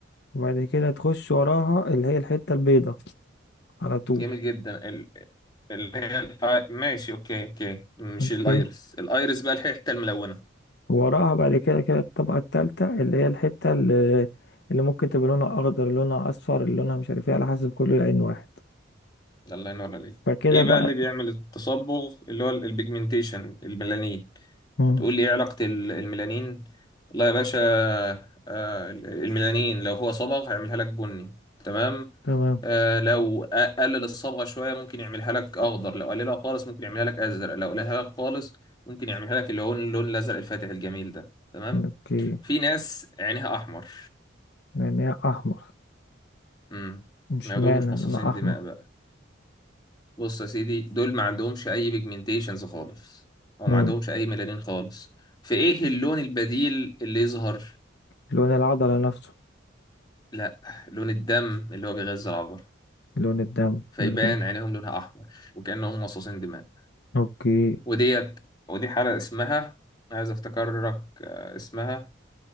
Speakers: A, on the left (about 55°); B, on the left (about 20°).
A: وبعد كده تخش وراها اللي هي الحتة البيضة على طول
B: جميل جدا ال... اللي هي الآي- ماشي اوكي اوكي مش
A: اوكي
B: الايرس الايرس بقى الحته الملونه
A: وراها بعد كده كده الطبقة التالتة اللي هي الحتة اللي, اللي ممكن تبقى لونها أخضر لونها أصفر لونها مش عارف ايه على حسب كل عين واحد
B: ده الله ينور عليك
A: فكده
B: ايه
A: بقى
B: بقى اللي بيعمل التصبغ اللي هو البيجمنتيشن الميلانين
A: مم.
B: هتقول لي ايه علاقة ال- الميلانين لا يا باشا آه، ال- الميلانين لو هو صبغ هيعملها لك بني تمام
A: تمام
B: آه، لو قلل الصبغة شوية ممكن يعملها لك اخضر لو قللها خالص ممكن يعملها لك ازرق لو قللها لك خالص ممكن يعملها لك اللي هو اللون الازرق الفاتح الجميل ده تمام
A: اوكي
B: في ناس عينها احمر
A: يعني هي أحمر
B: امم
A: مش
B: ما
A: معنى
B: دول مش مصاصين
A: لونها أحمر
B: دماء بقى بص يا سيدي دول ما عندهمش اي بيجمنتيشنز خالص او
A: مم.
B: ما عندهمش اي ميلانين خالص في ايه اللون البديل اللي يظهر
A: لون العضلة نفسه
B: لا لون الدم اللي هو بيغذي العبر
A: لون الدم
B: فيبان
A: لكن
B: عينيهم لونها احمر وكانهم مصاصين دماء
A: اوكي
B: وديت ودي حاله اسمها عايز افتكرك آه، اسمها